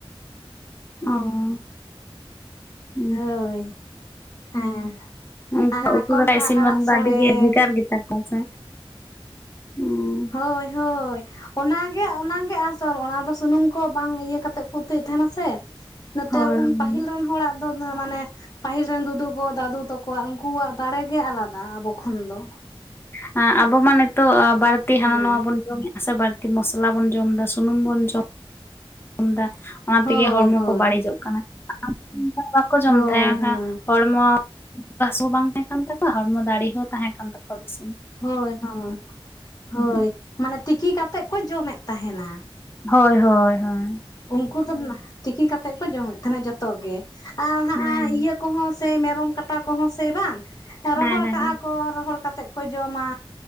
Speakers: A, on the left; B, on the left.
A: ᱚᱻ
B: ᱦᱳᱭ ᱦᱮᱸ
A: ᱩᱱᱠᱩ
B: ᱟᱨ ᱦᱟᱱᱟ
A: ᱩᱛᱩ
B: ᱠᱚᱸᱦᱰᱟ
A: ᱫᱚᱸ ᱤᱥᱤᱱ
B: ᱟᱲᱟᱜ
A: ᱵᱟᱝ
B: ᱥᱚᱲᱮ
A: ᱫᱚ ᱟᱹᱰᱤᱜᱮ ᱵᱷᱽᱮᱜᱟᱨ ᱜᱮᱛᱟ ᱠᱚᱣᱟ ᱥᱮ ᱦᱩᱸ,
B: ᱦᱳᱭ, ᱦᱳᱭ ᱚᱱᱟᱜᱮ, ᱚᱱᱟᱜᱮ ᱟᱥᱚᱞ ᱚᱱᱟ ᱫᱚ ᱥᱩᱱᱩᱢ ᱠᱚ ᱵᱟᱝ ᱤᱭᱟᱹ ᱠᱟᱛᱮᱫ ᱠᱚ, ᱩᱛᱩᱭᱮᱫ ᱛᱟᱦᱮᱱᱟ ᱥᱮᱺ ᱱᱚᱛᱮ
A: ᱦᱳᱭ
B: ᱩᱱ
A: ᱦᱳᱭ
B: ᱯᱟᱹᱟᱦᱤᱞ ᱨᱮᱱ ᱦᱚᱲᱟ-ᱜ ᱢᱟᱱᱮ ᱯᱟᱹᱦᱤᱞ ᱨᱮᱱ ᱫᱩᱫᱩ ᱠᱚ ᱫᱟᱫᱩ ᱛᱟᱠᱚᱣᱟ᱾ ᱩᱱᱠᱩᱣᱟᱜ ᱫᱟᱲᱮᱜ ᱜᱮ ᱟᱞᱟᱫᱟ ᱾ᱟᱵᱚ ᱠᱷᱚᱱ ᱫᱚ
A: ᱦᱮᱸ ᱟᱵᱚ ᱢᱟ ᱱᱤᱛᱚᱜ ᱵᱟᱹᱲᱛᱤᱸ ᱦᱟᱱᱟ
B: ᱦᱮᱸ
A: ᱱᱟᱣᱟ ᱵᱚᱱ᱾ ᱡᱚᱢᱮ-ᱟ ᱥᱮ ᱵᱟᱹᱲᱛᱤ ᱢᱚᱥᱞᱟ ᱵᱚᱱ ᱡᱚᱢ ᱮᱫᱟ ᱾ ᱥᱩᱱᱩᱢ ᱵᱚᱱ ᱡᱚᱢ ᱫᱟ᱾ ᱡᱚᱢᱫᱟ ᱚᱱᱟ
B: ᱦᱳᱭ
A: ᱛᱮᱜᱮ ᱦᱚᱲᱢᱚ
B: ᱦᱳᱭ
A: ᱠᱚ ᱵᱟᱹᱲᱤᱡᱚᱜ ᱠᱟᱱᱟ ᱾ ᱵᱟᱠᱚ ᱡᱚᱢ
B: ᱦᱳᱭ
A: ᱛᱟᱦᱮᱸ
B: ᱦᱳᱭ
A: ᱟᱨ ᱦᱚᱲᱢᱚ᱾ ᱦᱚᱲᱢᱚᱥ ᱦᱚᱸ ᱵᱟᱝ ᱛᱟᱦᱮᱸ ᱠᱟᱱ ᱛᱟᱠᱚᱣᱟ᱾ ᱦᱚᱲᱢᱚ ᱫᱟᱲᱮᱸ ᱦᱚᱸ ᱛᱟᱦᱮᱸ ᱠᱟᱱ ᱛᱟᱠᱚᱣᱟ᱾ ᱵᱮᱥᱤ
B: ᱦᱳᱭ, ᱦᱳᱭ, ᱦᱳᱭ
A: ᱦᱩᱸ,
B: ᱢᱟᱱᱮ ᱛᱤᱠᱤ ᱠᱟᱛᱮᱫ ᱠᱚ ᱡᱚᱢᱮᱫ ᱛᱟᱦᱮᱱᱟ᱾
A: ᱦᱳᱭ, ᱦᱳᱭ, ᱦᱳᱭ᱾
B: ᱩᱱᱠᱩ ᱫᱚ ᱛᱤᱠᱤ ᱠᱟᱛᱮᱫ ᱠᱚ ᱡᱚᱢᱮᱫ ᱛᱟᱦᱮᱱᱟ᱾ ᱡᱚᱛᱚ ᱜᱮ, ᱟᱨ ᱦᱟᱸᱜ
A: ᱦᱮᱸ
B: ᱤᱭᱟᱹ ᱠᱚᱦᱚᱸ ᱥᱮ ᱢᱮᱨᱚᱢ ᱠᱟᱴᱟ ᱠᱚᱦᱚᱸ ᱥᱮ ᱵᱟᱝ ᱾ ᱨᱚᱦᱚᱲ
A: ᱦᱮᱸ ᱦᱮᱸ
B: ᱠᱟᱜᱼᱟ ᱠᱚ ᱨᱚᱦᱚᱲ ᱠᱟᱛᱮ ᱠᱚ ᱡᱚᱢᱟ᱾